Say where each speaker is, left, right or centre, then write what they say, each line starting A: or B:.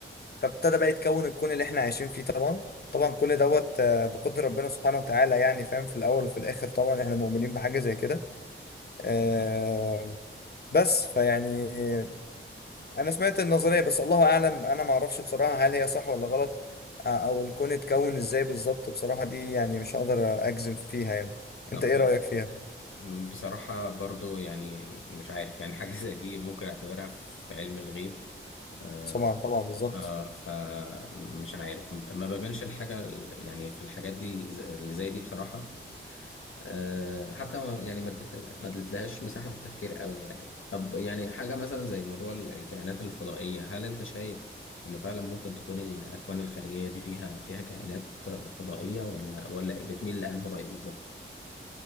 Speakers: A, on the left (about 50°); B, on the left (about 75°).
A: فابتدى بقى يتكون الكون اللي احنا عايشين فيه طبعا طبعا كل دوت آه، بقدر ربنا سبحانه وتعالى يعني فاهم في الاول وفي الاخر طبعا احنا مؤمنين بحاجه زي كده آه، بس فيعني آه، انا سمعت النظريه بس الله اعلم انا ما اعرفش بصراحه هل هي صح ولا غلط آه، او الكون اتكون ازاي بالظبط بصراحه دي يعني مش هقدر اجزم فيها يعني
B: طب
A: انت ايه رايك فيها
B: م، بصراحة برضو يعني مش عارف يعني حاجة <laughs> زي دي ممكن اعتبرها في علم الغيب آه
A: طبعا طبعا بالظبط
B: آه فمش عارف ما بملش الحاجة ال- يعني في الحاجات دي ز- اللي زي دي بصراحة آه، حتى ما- يعني ما اديت- ما اديتلهاش مساحة في التفكير قوي يعني طب يعني حاجة مثلا زي موضوع ال- الكائنات الفضائية هل انت شايف انه فعلا ممكن تكون الأكوان الخارجية دي فيها فيها كائنات فضائية ولا ولا بتميل لأنه رأي بالظبط